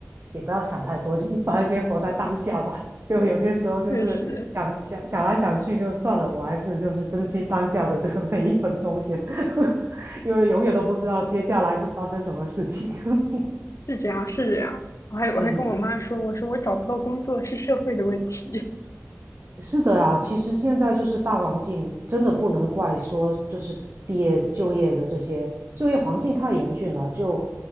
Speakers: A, on the right (about 50°); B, on the left (about 75°).
A: 也不要想太多，<laughs> 就是反正先活在当下吧。就有些时候就是想想想来想去就算了，
B: 确实。
A: 我还是就是珍惜当下的这个每一分钟先，<laughs> 因为永远都不知道接下来是发生什么事情。<laughs>
B: 是这样，是这样。我还我还跟我妈说，
A: 嗯
B: 我说我找不到工作是社会的问题，
A: 是的啊，其实现在就是大环境，真的不能怪说就是毕业就业的这些就业环境太严峻了。就